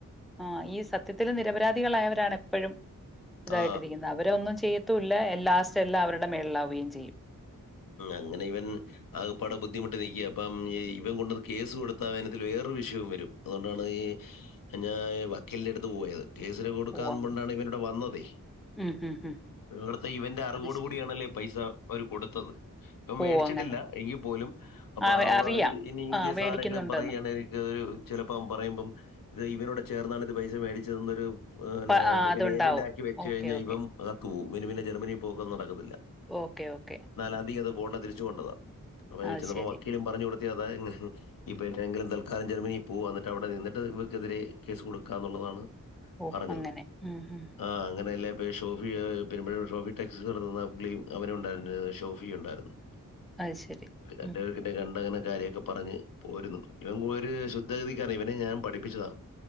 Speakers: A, in the centre; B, on the left.
A: ആ ഈ സത്യത്തില് നിരപരാധികളായവരാണ് എപ്പഴും ഇതായിട്ടിരിക്കുന്നെ
B: ആ
A: അവരെ ഒന്നും ചെയ്യ് ല്ല ലാസ്റ്റ് എല്ലാം അവര്ടെ മേള്ലാവുകയും ചെയ്യും
B: അങ്ങനെ ഇവൻ ആ പാടെ ബുദ്ധിമുട്ട് നൽക്കുക അപ്പം ഇവൻ കൊണ്ടത് കേസ് കൊടുത്താനത്തിൽ വേറൊരു വിഷയവും വരും അതുകൊണ്ടാണ് ഈ ഞാൻ വക്കീലിൻ്റെ അടുത്ത് പോയത് കേസില് കൊടുക്കാ
A: ഓ അങ്ങ്
B: കൊണ്ടാണ് ഇവൻ ഇവിടെ വന്നതേ
A: ഉം ഉം ഉം
B: ഇവിടുത്തെ ഇവന്റെ അറിവോട്
A: അത് ശ
B: കൂടിയണല്ലേ പൈസ അവര് കൊട് ത്തത് ഇവൻ
A: ഓ
B: വേടിച്ചിട്ടില്ല
A: അങ്ങനെ
B: എങ്കിൽ പോലും അപ്പൊ
A: ആ
B: അവ
A: അറിയാം
B: ഇനി ഇൻകാഈസ്
A: ആ വേടിക്കുന്നുണ്ടെന്ന്
B: ആരെങ്കിലും പറയുകയാണ എനിക്ക് ചെലപ്പ അവൻ പറയുമ്പം ഇത് ഇവനോടെ ചേർന്നാണ് ഇത് പൈസ മേടിച്ചതെന്നൊരു ആഹ്
A: പ ആ അതുണ്ടാവും
B: പിന്നെ ഇവൻ ഏജന്റ ആക്കി വെച്ച
A: ഓക്കെ
B: കഴിഞ്ഞാൽ
A: ഓക്കെ
B: ഇപ്പം അകത്ത് പോകും ഇവന് പിന്നെ ജർമനി പോക്ക് ഒന്നും നടക്കത്തില്ല
A: ഓക്കേ ഓക്കേ
B: നാലാം തിയ്യക്കകത്ത് പോകണ്ടതിരി ഇച്ച് കൊണ്ടതാ അവൻ ആ
A: അത്
B: ചെന്നപ്പം
A: ശരി
B: വക്കീലും പറഞ്ഞ് കൊടു കത്യ അത ഇപ്പൾ എഏനെങ്കിലും തൽക്കാലം ജർമ്മനിയിൽ പോകും എന്നിട്ട് അവിടെ നിന്നിട്ട് ഇവക്കെതിരെ കേസ് കൊടുക്കുക എന്നുള്ളതാണ്
A: ഓ
B: പറഞ്ഞത്
A: അങ്ങനെ ഉം ഉം
B: ആഹ്ആ അങ്ങനെയല്ലേ വേ ഷോഫി പെരുമ്പഴ ഷോഫി ടെക്സ്റ്റിൽസ് നടത്ത്ന്ന പുള്ളീം അവനും ഉണ്ടായിര് ഷോഫിയും ഒണ്ടാരുന്നു
A: അത് ശരി ഉം
B: അഡ്വക്കേറ്റിനെ കണ്ടങ്ങനെ കാര്യോക്കെ പറഞ്ഞ് പോരുന്നു ഇവൻ ഒരു ശുദ്ധഗതിക്കാരനാണ് ഇവനെ ഞാൻ പഠിപ്പിച്ചതാ